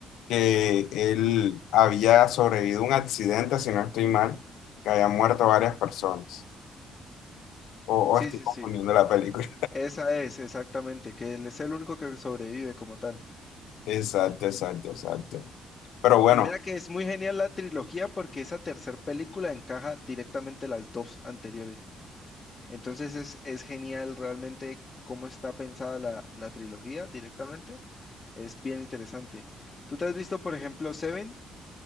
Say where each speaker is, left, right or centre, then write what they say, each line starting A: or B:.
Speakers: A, on the left; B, on the left.
A: que él había sobrevivido a un accidente, si no estoy mal, que habían muerto varias personas. O, o
B: Sí,
A: estoy
B: sí,
A: confundiendo
B: sí.
A: la película.
B: Esa es, exactamente, que él es el único que sobrevive como tal.
A: Exacto, exacto, exacto. Pero bueno,
B: Y mira que es muy genial la trilogía porque esa tercer película encaja directamente las dos anteriores. Entonces es, es genial realmente cómo está pensada la, la trilogía directamente. Es bien interesante. ¿Tú te has visto, por ejemplo, Seven?